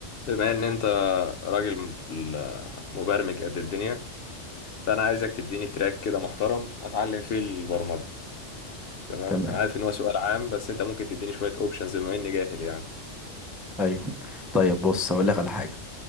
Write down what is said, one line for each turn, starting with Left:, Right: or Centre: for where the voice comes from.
Left: بما ان انت راجل م- مبرمج قد الدنيا فانا عايزك تديني تراك كده محترم اتعلم فيه البرمجة تمام
Centre: تمام
Left: انا عارف ان هو سؤال عام بس انت ممكن تديني شوية اوبشنز بما اني جاهل يعني
Centre: ايوه طيب بص هقول لك على حاجه